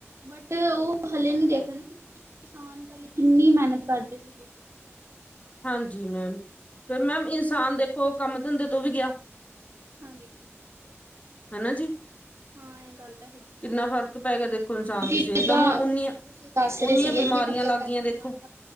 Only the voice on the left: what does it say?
ਹਾਂਜੀ ਮੈਮ, ਫਿਰ ਮੈਮ ਇਨਸਾਨ ਦੇਖੋ ਕੰਮ ਧੰਦੇ ਤੋਂ ਵੀ ਗਿਆ।
ਹਨਾ ਜੀ।
ਕਿੰਨਾ
ਫ਼ਰਕ ਪੈ ਗਿਆ ਦੇਖੋ ਇਨਸਾਨ
ਦੀ ਸਿਹਤ
ਦਾ ਹੁਣ ਓਨੀਆਂ
ਓਨੀਆਂ
ਬਿਮਾਰੀਆਂ
ਲੱਗ
ਗਈਆਂ ਦੇਖੋ